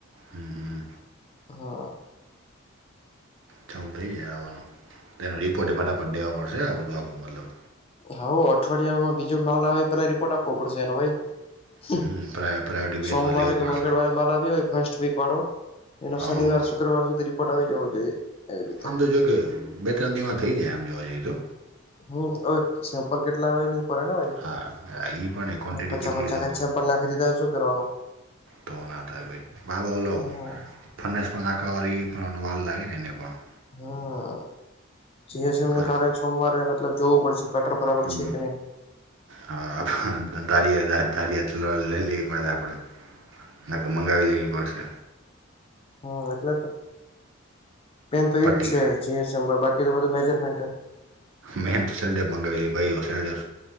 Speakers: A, on the right; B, on the left.
A: હમ હમ
B: હા
A: ચાલ થઇ જાય આવાનું તેનો રિપોર્ટ એ ફટાફટ દેવા મળશે આ બધું આખું મતલબ
B: હા અઠવાડિયામાં બીજો માલ આવે પેલા રિપોર્ટ આપવો પડશે એનો ભાઈ
A: હમ પ્રા પ્રાયોરિટી બેઝમાં
B: સોમવારે
A: લેવું પડશે.
B: કે મંગળવારે માલ આવયો હોય ફર્સ્ટવીક વાળો એનો
A: હવ.
B: શુક્રવાર સુધી રિપોર્ટ આવી જવો જોઈએ એવી રીતે
A: આમ તો જો કે બે ત્રણ દિવમાં થઈ જાય આમ જોવા જઈએ તો
B: હમ વ સેમ્પલ કેટલા આવે એની ઉપર હે ને ભાઈ
A: હા ઈ પણ ક્વોન્ટિટી
B: હ પચા
A: કેટલી
B: પચાના
A: તો
B: સેમ્પલ નાખી દીધા શું કરવાનું
A: તો ના થાય ભાઈ બાબા ઓલો
B: હમ
A: ફરનેસમાં નાખવા વારી પણ વાર લાગે ને એને પણ
B: હા જીસ એમને
A: પછી
B: કાલે સોમવારે મતલબ જોવું પડશે કટર બરાબર
A: હમ.
B: છે કે નહી
A: હા હા <unintelligible> મંગાવી લેવી પડશે
B: હમ એટલે તો મેંન તો
A: પટ્ટી
B: છે <unintelligible> બાકી તો બધું મેજરમેન્ટ હે
A: મેન તો સલ્ડે મંગાવેલી ભાઈ ઓ સલ્ડે